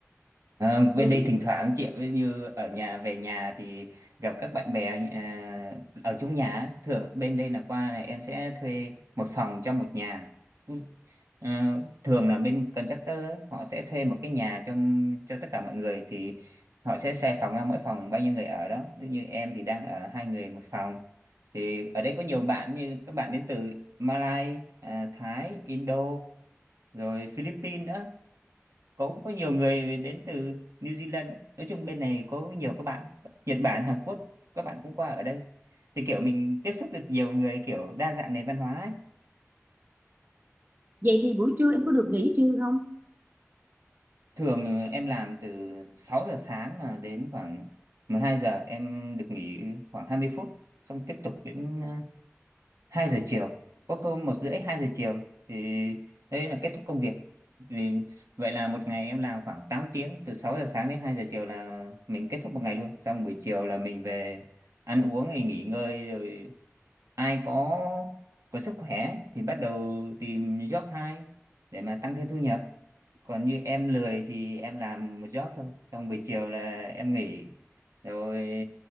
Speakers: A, on the right; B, on the right.
A: Ờ, bên
B: rồi
A: đây
B: cái,
A: thỉnh thoảng chị ví như ở nhà về nhà thì gặp các bạn bè ờ, ở chung nhà á. thường bên đây là qua là em sẽ thuê một phòng trong một nhà À, thường là bên contractor ấy, họ sẽ thuê một cái nhà cho cho tất cả mọi người thì họ sẽ xe phòng ra mỗi phòng bao nhiêu người ở đó ví dụ như em thì đang ở hai người một phòng thì ở đây có nhiều bạn như các bạn đến từ Malai à, Thái Indo rồi Philippines nữa có có nhiều người đến từ New Zealand nữa. nói chung bên này có nhiều các bạn Nhật Bản Hàn Quốc các bạn cũng qua ở đây thì kiểu mình tiếp xúc được nhiều người kiểu đa dạng nền văn hóa ấy.
B: vậy thì buổi trưa em có được nghỉ trưa không
A: Thường em làm từ 6 giờ sáng là đến khoảng 12 giờ em được nghỉ khoảng hai mươi phút xong tiếp tục đến ờ, 2 giờ chiều có hôm một rưỡi hai giờ chiều thì đấy là kết thúc công việc vì vậy là một ngày em làm khoảng tám tiếng từ 6 giờ sáng đến 2 giờ chiều là mình kết thúc một ngày luôn xong buổi chiều là mình về ăn uống rồi nghỉ ngơi rồi ai có có sức khỏe thì bắt đầu tìm job hai để mà tăng thêm thu nhập còn như em lười thì em làm một job thôi xong buổi chiều là em nghỉ rồi